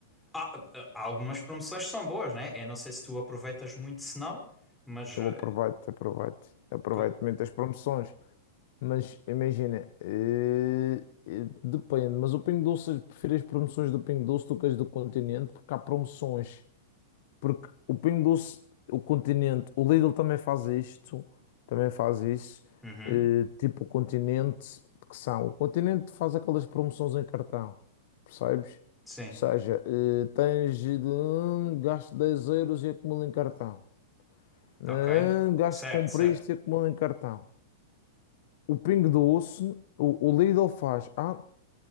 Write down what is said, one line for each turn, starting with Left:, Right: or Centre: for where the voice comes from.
Centre: Há, há algumas promoções que são boas, né? Eu não sei se tu aproveitas muito, se não, mas
Left: Eu
Centre: eh,
Left: aproveito, aproveito. Aproveito
Centre: que-
Left: muito as promoções. Mas imagina, eh, eh, depende. Mas o Pingo Doce, eu prefiro as promoções do Pingo Doce do que as do Continente, porque há promoções Porque o Pingo Doce, o Continente, o Lidl também faz isto, também faz isso,
Centre: Uhum.
Left: eh, tipo o Continente, que são, o Continente faz aquelas promoções em cartão, percebes?
Centre: Sim.
Left: Ou seja, eh, tens de hum, gasto 10 euros e acumula em cartão. Hum,
Centre: Ok.
Left: gasto
Centre: Certo,
Left: comprei
Centre: certo.
Left: isto e acumula em cartão. O Pingo Doce, o, o Lidl faz, ah,